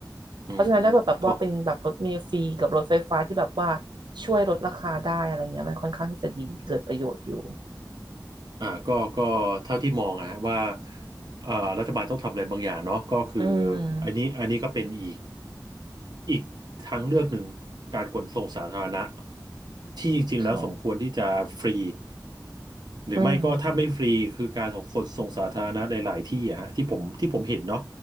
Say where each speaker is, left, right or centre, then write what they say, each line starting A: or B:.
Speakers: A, on the right; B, on the right.
A: อืม
B: เพราะฉะนั้นถ้าแบบแบบว่าเป็นแบบรถเมล์ฟรีกับรถไฟฟ้าที่แบบว่า
A: ก็
B: ช่วยลดราคาได้อะไรเงี้ยมันค่อนข้างที่จะดีเกิดประโยชน์อยู่
A: อ่าก็ก็เท่าที่มองอะฮะว่าเอ่อรัฐบาลต้องทำอะไรบางอย่างเนาะก็คือ
B: อืม
A: อันนี้อันนี้ก็เป็นอีกอีกทางเลือกหนึ่งการขนส่งสาธารณะที่จริงๆแล้วสมควรที่จะฟรี
B: ค่ะ
A: หรือไม่ก็ถ้าไม่ฟรีคือการส่งขนส่งสาธารณะในหลายที่อะฮะที่ผมที่ผมเห็นเนาะ
B: อืม